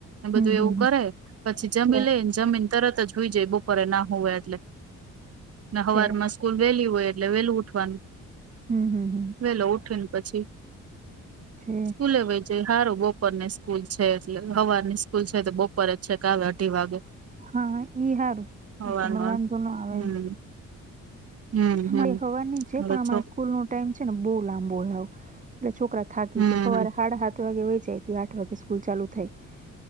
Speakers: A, on the right; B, on the right.
A: બધું
B: હમ હમ
A: એવું કરે પછી જમી
B: છે
A: લેને જમીને તરત જ જોઈ જાય બ બપોરે ના હોય એટલે હવાર
B: છે
A: માં સ્કૂલ વેલી હોય એટલે વેલું ઉઠવાનું
B: હમ હમ હમ
A: વેલો ઉઠીને પછી
B: છે
A: સ્કૂલે વ જે સારું બપોર ની સ્કૂલ છે એટલે હવાર ની સ્કૂલ છે તે બપોરે જ છે કે આવે અઢી વાગે
B: હા ઈ સારું પણ
A: હવારનું
B: તને વાંધો ન આવે
A: હમ
B: એમ
A: હમ
B: અમારી
A: હમ
B: હવાની છે
A: હવે
B: પણ અમારા
A: છો
B: સ્કૂલ નો ટાઈમ છે ને બહુ લાંબો હોય આવ એટલે છોકરા થાકી
A: હમ
B: જ સવારે સાડા સાત વાગે વેંચાય આઠ વાગે સ્કૂલ ચાલુ થાય